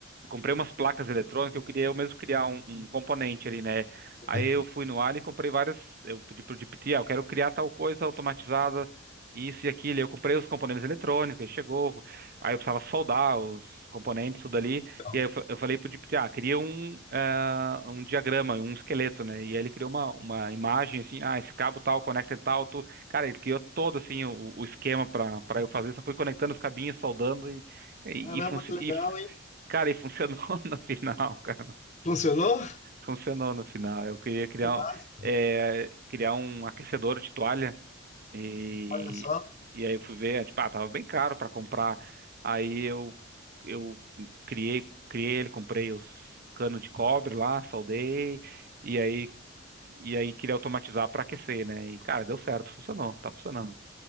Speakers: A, on the right; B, on the left.
A: Comprei umas placas eletrônicas, eu queria eu mesmo criar um, um componente ali, né? Aí
B: Certo,
A: eu fui no Ali e comprei várias. Eu pedi pro GPT, ah, eu quero criar tal coisa automatizada, isso e aquilo. Eu comprei os componentes eletrônicos, ele chegou. Aí eu precisava soldar os componentes, tudo ali.
B: legal.
A: E aí eu, fa- eu falei pro GPT, ah, cria um, ah, um diagrama, um esqueleto, né? E aí ele criou uma, uma imagem assim, ah, esse cabo tal, conecta em tal, tu. Cara, ele criou todo assim o, o esquema para para eu fazer, só fui conectando os cabinhos, soldando e, e,
B: Caramba,
A: func-
B: que
A: e
B: legal,
A: f-
B: hein?
A: cara, e funcionou <laughs> no final, cara.
B: Funcionou?
A: Funcionou no final. Eu queria criar,
B: Que massa.
A: um- é, criar um aquecedor de toalha e,
B: Olha só.
A: e aí eu fui ver, tipo, ah, tava bem caro para comprar. Aí eu, eu criei, criei ele, comprei os canos de cobre lá, soldei e aí e aí queria automatizar para aquecer, né? E cara, deu certo, funcionou, tá funcionando.